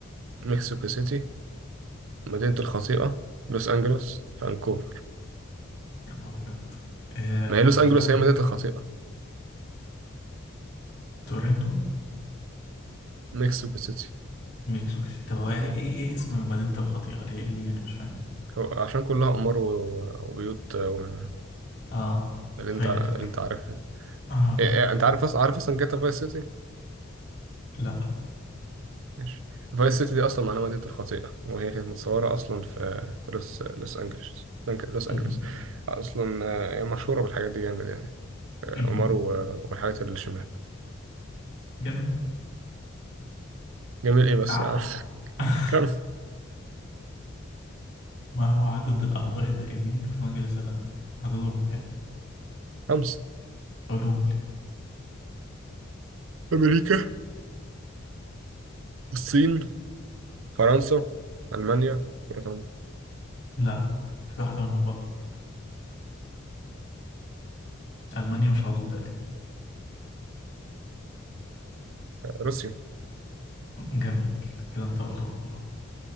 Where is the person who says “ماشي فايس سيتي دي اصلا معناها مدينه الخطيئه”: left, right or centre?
Right